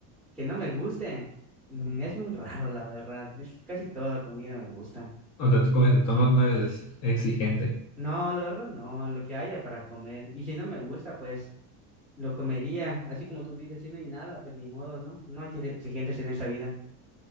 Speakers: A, in the centre; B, on the left.
A: Que no me guste. Mm, Es muy raro, la verdad. Es que casi toda la comida me gusta.
B: O sea, tú comes de todo, no no eres exigente.
A: No, la verdad, no, lo que haya para comer. Y si no me gusta, pues lo comería. Así como tú dices, si no hay nada, pues ni modo, ¿no? No hay que ser exigentes en esta vida.